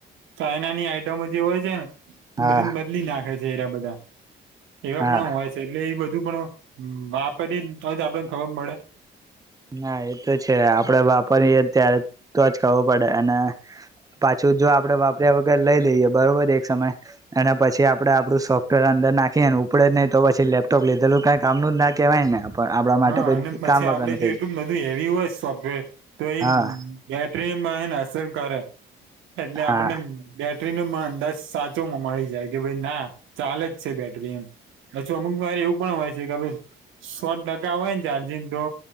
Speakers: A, on the right (about 80°); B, on the right (about 15°).
A: ચાઈનાની આઈટમો જે હોય છે ને
B: હા
A: બધી બદલી નાખે છે એરા બધા એવા
B: હા
A: પણ હોય છે એટલે એ બ ધુ પણો વાપરી તોજ આપડેને ખબર પળે
B: ના એ તો છે આપડે વાપરીયે ત્યારે તો જ ખબર પડે અને પાછું જો આપડે વાપર્યા વગર લઈ લઈએ બરોબર એક સમય એના પછી આપણે આપણું સોફ્ટવેર અંદર નાખીએને ઉપડે નહીં પછી લેપટોપ લીધેલું કંઈ કામનું ના કહેવાય ને પણ આપણા માટે
A: હા
B: કઈ
A: અને પછી
B: કામ વગરનુ
A: આપડે જો બધું હેવી હોય સોફ્ટવેર તો એ
B: હા
A: બેટરીમાંને અસર કરે એટલે આપડને
B: હા
A: બે બેટરીનો અંદાજ સાચો મળી જાય કે ભાઈ ના ચાલે જ છે બેટરી એમ અજુ અમુક વારે એવું પણ હોય છે કે આપણે સો ટકા હોય ને ચાર્જિંગ તો